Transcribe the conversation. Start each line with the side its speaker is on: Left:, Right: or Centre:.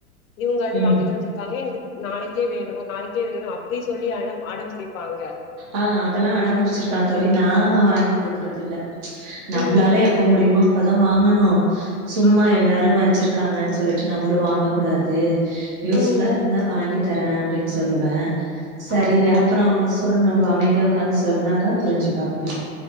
Left: இவுங்க அது
Right: ம்
Left: வாங்கிட்டு வந்திருக்காங்க எனக்கு நாளைக்கே வேணு நாளைக்கே வேணு அப்டி சொல்லி அலம் அடம் புடிப்பாங்க
Right: ஆ அதெல்லா அடம்புடிச்சிருக்கா
Left: ம்
Right: தோழி நா வாங்கி குடுக்கறதில்ல நம்ப்ளால
Left: ம் ம்
Right: எப் ப முடியுமோ அப்போ தா வாங்கணு சும்மா
Left: ஆமா
Right: எல்லாரு வச்சிருக் காங்கன் சொல்லிட்டு நம்மளு வாங்கக்கூடாது யூஸ்
Left: ம்
Right: ஃபுல்லா
Left: ம்
Right: இருந்தா வாங்கி தரே அப்டின் சொல்லுவே சரி
Left: ஆ
Right: அப்றோ <unintelligible> நம்ப அமைதியா உக்காந்து சொன்னாக்கா புரிஞ்சிப்பாப்ல